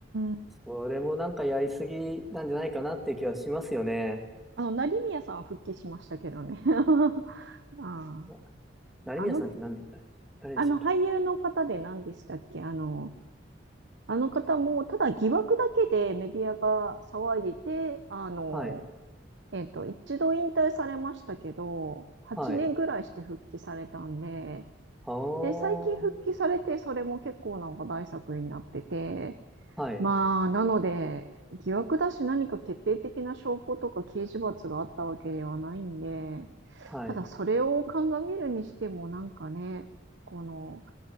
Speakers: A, on the right; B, in the centre.
A: ん。
B: それもなんかやりすぎなんじゃないかなっていう気はしますよね。
A: あの、成宮さんは復帰しましたけどね。<laughs> あ
B: な成宮さんって何で、
A: あ、あの、
B: 誰誰でしたっけ
A: あの俳優の方で何でしたっけあの、あの方も、ただ疑惑だけでメディアが騒いでて、あの、
B: はい、
A: えっと、一度引退されましたけど、8年ぐらいして復帰されたんで、
B: はい。あー、
A: で、最近復帰されて、それも結構な話題作になってて、
B: はい、
A: まあ、なので、疑惑だし何か決定的な証拠とか刑事罰があったわけではないんで、
B: はい、
A: ただそれを鑑みるにしてもなんかね、この、